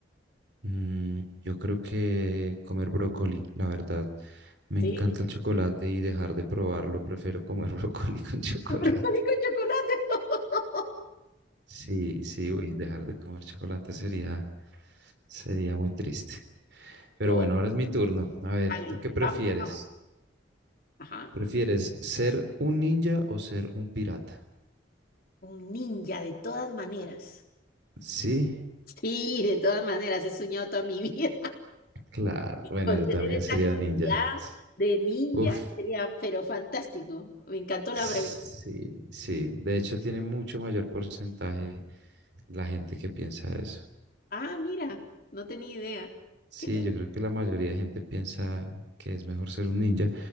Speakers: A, on the right (about 65°); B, on the left (about 50°).
A: Mm, yo creo que comer brócoli, la verdad. Me
B: ¿Sí?
A: encanta el chocolate y dejar de probarlo, prefiero comer <laughs> brócoli con chocolate.
B: <laughs> Brócoli con chocolate. <laughs>
A: Sí, sí, uy, dejar de comer chocolate sería, sería muy triste. Pero
B: Oh,
A: bueno, ahora es mi turno. A ver,
B: vale,
A: ¿tú qué prefieres?
B: vamos, vamos. Ajá.
A: ¿Prefieres ser un ninja o ser un pirata?
B: Un ninja de todas maneras.
A: Sí,
B: Sí, de todas maneras, he soñado toda mi vida
A: claro.
B: <laughs>
A: Bueno,
B: con
A: yo
B: tener
A: también
B: esa
A: sería
B: actividad
A: ninja.
B: de ninja,
A: Uf,
B: sería, pero fantástico. Me encantó
A: sí,
B: la pregunta.
A: sí. De hecho, tiene mucho mayor porcentaje la gente que piensa eso.
B: Ah, mira, no tenía idea.
A: Sí,
B: Qué
A: yo creo que la mayoría de gente piensa que es mejor ser un ninja